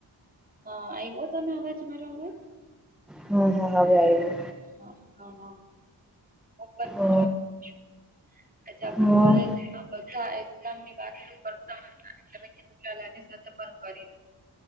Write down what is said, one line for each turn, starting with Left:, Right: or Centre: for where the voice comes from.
Right: હા આયવો તને અવાજ મારો હવે?
Centre: હમ્મ-હમ્મ હવે આયવો.
Right: હા, હા, હા. હું પણ મજા
Centre: હા
Right: છું. આજે આપણે
Centre: હા
Right: કોલેજ એમાં એક્ઝામ ની વાતો કરતા હતો. એટલે મે કીધું આની સાથે પણ કરી.